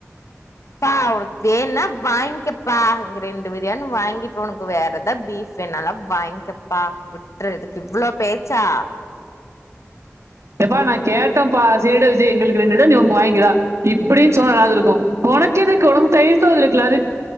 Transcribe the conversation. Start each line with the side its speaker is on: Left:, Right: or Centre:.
Left: பா உனக்கு வேன்னா வாங்கிக்கப்பா இங்க ரெண்டு பிரியாணி வாங்கிட்டு உனக்கு வேற எதா பீஃப் வேணாலாம் வாங்கிக்கப்பா விட்டுறதுக்கு இவ்வள பேச்சா
Right: எப்பா நான் கேட்டன்ப்பா சரிட விஜய் எங்களுக்கு ரெண்டுடா நீ உனக்கு வாங்கிடா இப்படின்னு சொன்ன தாவது இருக்கும் உனக்கு எதுக்கு உனக்கு தயிர் சோறு இருக்குல அது